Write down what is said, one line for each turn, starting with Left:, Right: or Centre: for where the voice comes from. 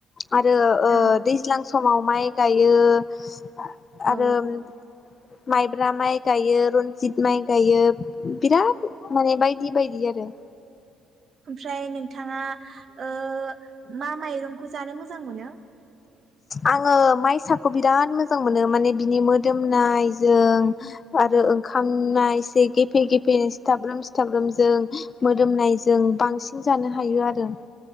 Left: आरो ओ
Right: औ
Left: दैज्लां समाव माइ गायो। यो। आ
Right: ओ
Left: आरोम। माइब्रा माइ गायो रनजित। माइ गायो बिराद माने बायदि बायदि आरो।
Right: ओमफ्राय नोंथाङा हो ओ मा माइ। रंखौ जानो मोजां मोनो।
Left: आङो माइसाखौ बिराद मोजां मोनो माने बिनि मोदोमनायजों। आरो
Right: औ
Left: ओंखाम मा एसे गेफे गेफे। बे सिथाब्रोम सिथाब्रोमजों हो मोदोमनायजों बांसिन जानो हायो आरो।